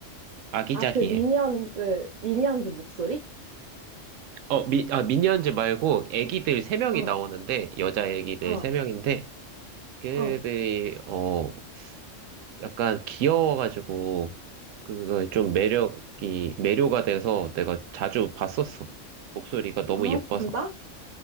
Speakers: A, on the right; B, on the right.
A: 아기자기해.
B: 아, 그 미니언즈, 미니언즈 목소리?
A: 어, 미, 아, 미니언즈 말고 애기들 세명이
B: 어,
A: 나오는데, 여자 애기들
B: 어,
A: 세명인데 걔네들이,
B: 어.
A: 어, 약간 귀여워가지고, 그거 좀 매력이, 매료가 돼서 내가 자주 봤었어. 목소리가 너무
B: 아,
A: 예뻐서.
B: 진짜?